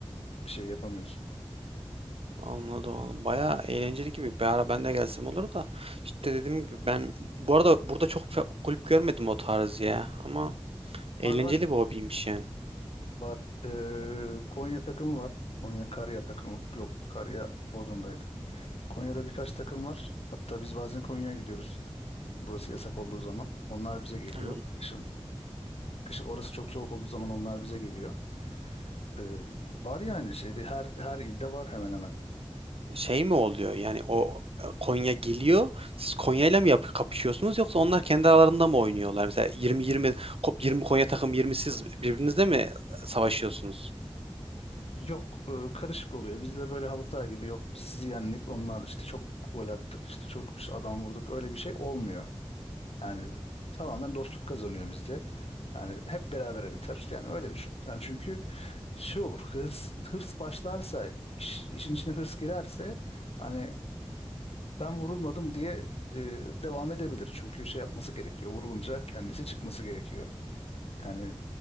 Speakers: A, on the left; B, on the right.
A: Bir şey yapamıyorsun.
B: Anladım. anladım. Bayağı eğlenceli gibi. Bir ara ben de gelsem olur da. İşte dediğim gibi ben bu arada burada çok fe- kulüp görmedim o tarz ya. Ama eğlenceli
A: Var var.
B: bir hobiymiş yani.
A: Var. Ee, Konya takımı var. Konya Karya takımı yok. Karya Bodrum'daydı. Konya'da birkaç takım var. Hatta biz bazen Konya'ya gidiyoruz. Burası yasak olduğu zaman. Onlar bize geliyor
B: Ha,
A: kışın. Kışın orası çok soğuk olduğu zaman onlar bize geliyor. Ee, var yani şeyde her her ilde var hemen hemen.
B: Şey mi oluyor yani o e, Konya geliyor. Siz Konya'yla mı yap kapışıyorsunuz yoksa onlar kendi aralarında mı oynuyorlar? Mesela 20-20 kop- 20 Konya takım 20 siz birbirinizle mi savaşıyorsunuz?
A: Yok e, karışık oluyor. Bizde böyle halı saha gibi yok. Biz sizi yendik. Onlar işte çok gol attık. İşte çok işte adam vurduk. Öyle bir şey olmuyor. Yani tamamen dostluk kazanıyor bizde. Yani hep berabere biter. Yani öyle düşün. Yani çünkü şey olur. Hırs hırs başlarsa iş- işin içine hırs girerse hani ben vurulmadım diye e, devam edebilir. Çünkü şey yapması gerekiyor. Vurulunca kendisi çıkması gerekiyor. Yani